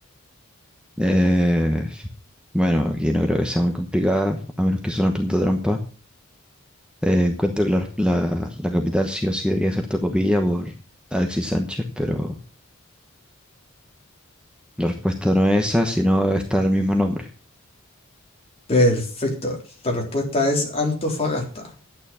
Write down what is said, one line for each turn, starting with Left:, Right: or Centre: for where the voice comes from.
Centre: Eh, bueno, aquí no creo que sea muy complicada, a menos que sea una pregunta trampa. Eh, encuentro que la, la- la capital sí o sí debería ser Tocopilla por Alexis Sánchez, pero la respuesta no es esa, sino está el mismo nombre.
Left: Perfecto. La respuesta es Antofagasta.